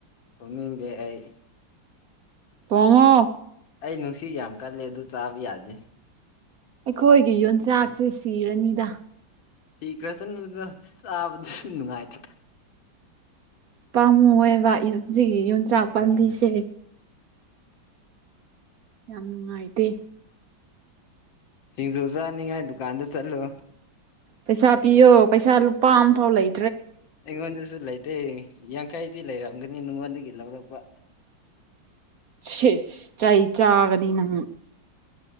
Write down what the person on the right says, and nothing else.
ꯊꯣꯡꯉꯣ
ꯑꯩꯈꯣꯏꯒꯤ ꯌꯣꯟꯆꯥꯛꯁꯦ ꯁꯤꯔꯅꯤꯗ
ꯄꯥꯝꯃꯨꯌꯦꯕ ꯏꯞꯖꯤꯒꯤ ꯌꯨꯝ ꯆꯥꯎ ꯄꯥꯟꯕꯤꯖꯦ
ꯌꯥꯝ ꯅꯨꯡꯉꯥꯏꯇꯦ
ꯄꯩꯁꯥ ꯄꯤꯌꯣ ꯄꯩꯁꯥ ꯂꯨꯄꯥ ꯑꯃꯥ ꯐꯥꯎ ꯂꯩ
ꯁꯤꯁ ꯆꯩ ꯆꯒꯅꯤꯅ